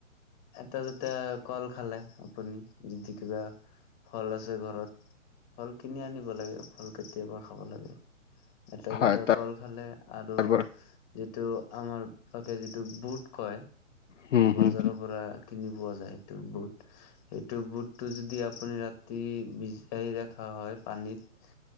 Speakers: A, on the left; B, on the left.
A: এটা দুটা কল খালে আপুনি যদি কিবা, ফল আছে ঘৰত। ফল কিনি আনিব লাগে। ফল কেতিয়াবা খাব লাগে। এটা দুটা
B: হয় তাৰ
A: কল খালে আৰু
B: পৰা
A: যিটো, আমাৰ সকে যিটো বুট কয়,
B: হম
A: বজাৰৰ
B: হম
A: পৰা কিনি পোৱা যায় সেইটো বুট। সেইটো বুটটো যদি আপুনি ৰাতি ভিজাই ৰখা হয় পানীত,